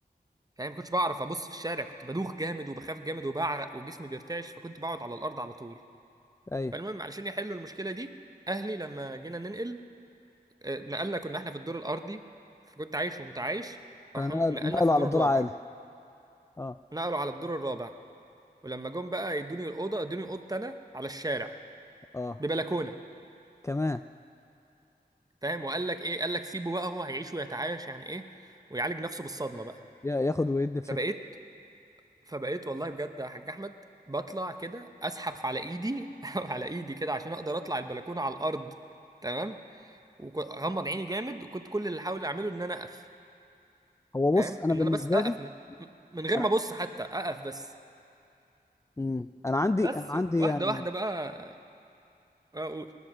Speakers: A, on the right (about 20°); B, on the left (about 15°).
A: يعني ما كنتش بعرف ابص في الشارع كنت بدوخ جامد وبخاف جامد وبعرق وجسمي بيرتعش فكنت بقعد على الارض على طول
B: ايوه
A: فالمهم علشان يحلوا المشكله دي اهلي لما جينا ننقل آه، نقلنا كنا احنا في الدور الارضي فكنت عايش ومتعايش
B: فنقل
A: راحوا نقلنا
B: نقلوا
A: في الدور
B: على دور
A: الرابع
B: عالي اه
A: نقلوا على الدور الرابع ولما جم بقى يدوني الاوضه ادوني اوضتي انا على الشارع
B: اه
A: ببلكونه
B: كمان
A: فاهم وقال لك ايه قال لك سيبه بقى هو هيعيش ويتعايش يعني ايه ويعالج نفسه بالصدمه بقى
B: يا- ياخد ويدي بشكل
A: فبقيت فبقيت والله بجد يا حاج احمد بطلع كده اسحف على ايدي <laughs> على ايدي كده عشان اقدر اطلع البلكونه على الارض تمام وغمض عيني جامد وكنت كل اللي احاول اعمله ان انا اقف
B: هو
A: فاهم
B: بص انا
A: ان
B: بالنسبه
A: انا بس اقف
B: لي
A: من, من غير
B: انا
A: ما ابص حتى اقف بس
B: مم. انا عندي
A: بس
B: انا عندي
A: واحده
B: يعني
A: واحده بقى اقول